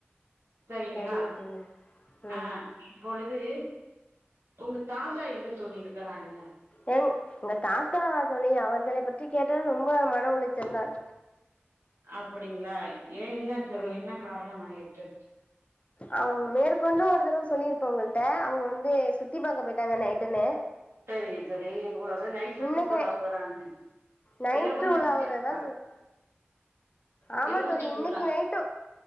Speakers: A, on the right; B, on the left.
A: செரிங்களா
B: சரிங்க தோழி ம்
A: ஆ இப்பொழுது உங்க தாத்தா எங்க தோழி இருக்கறாங்க
B: எங் எங்க தாத்தாவா தோழி அவர்களை பற்றி கேட்டால் ரொம்ப மன உளைச்சல் தான்
A: அப்படிங்களா ஏன் என்ன தோழி
B: ம்
A: என்ன காரணம் ஆயிட்டு
B: அவுங்க மேற்கொண்டு ஒரு தடவ சொல்லியிருப்பே உங்க கிட்ட அவங்க வந்து சுத்தி பாக்க போயிட்டாங்க நைட்டுன்னு
A: செரிங்க தோழி நைட்ல
B: இன்னைக்கு
A: சுற்றுலா போறாங்க
B: நைட்டு
A: இரவு நேரத்தில்
B: உலா ஆவுறதா
A: சுற்றுலா
B: தோழி ஆமா
A: இரவு
B: தோழி
A: சுற்றுலா
B: இன்னைக்கு நைட்டு